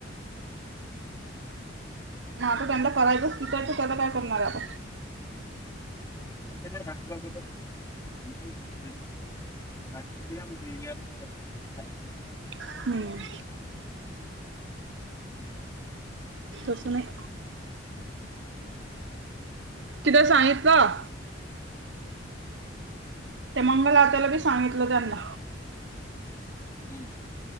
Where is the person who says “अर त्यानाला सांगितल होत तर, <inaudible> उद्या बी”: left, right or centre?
Left